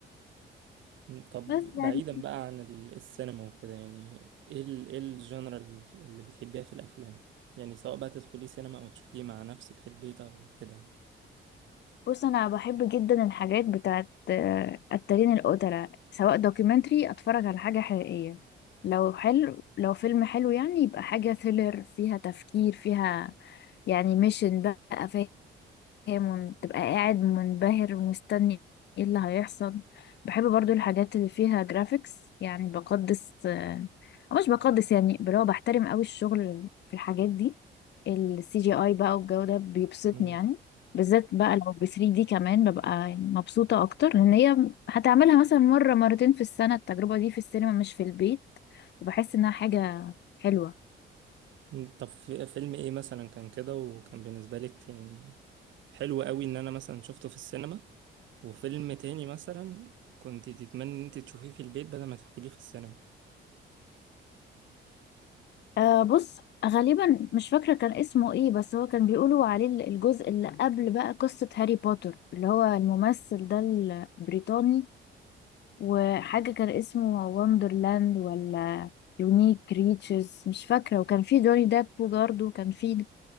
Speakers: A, on the right; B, on the left.
A: مم، طب
B: بس يعني
A: بعيدا بقى عن ال- السينما وكده يعني ايه ال ايه الجنرال اللي بتحبيها في الافلام يعني سواء بقى تدخلي سينما او تشوفيه مع نفسك في البيت او كده يعني
B: بص انا بحب جدا الحاجات بتاعت آه، التارين القتلة سواء دوكيومنتري اتفرج على حاجة حقيقية لو حلو لو فيلم حلو يعني يبقى حاجة ثريلر فيها تفكير فيها يعني ميشن بقى فاهم هي من... تبقى قاعد منبهر ومستني ايه اللي هيحصل بحب برضو الحاجات اللي فيها جرافيكس يعني بقدس آه، أو مش بقدس يعني اللي هو بحترم قوي الشغل في الحاجات دي السي جي اي بقى والجو ده بيبسطني
A: مم.
B: يعني بالذات بقى لو ب 3 دي كمان ببقى يعني مبسوطة اكتر لان هي هتعملها مثلا مرة مرتين في السنة التجربة دي في السينما مش في البيت وبحس انها حاجة حلوة
A: مم، طب في فيلم ايه مثلا كان كده وكان بالنسبة لك يعني حلو قوي ان انا مثلا شفته في السينما وفيلم تاني مثلا كنت تتمني ان انت تشوفيه في البيت بدل ما تدخليه في السينما
B: آه بص غالبا مش فاكرة كان اسمه ايه بس هو كان بيقولوا عليه ال- الجزء اللي قبل بقى قصة هاري بوتر اللي هو الممثل ده البريطاني وحاجة كان اسمه وندرلاند ولا يونيك ريتشز مش فاكرة وكان في جوني ديب برضه وكان في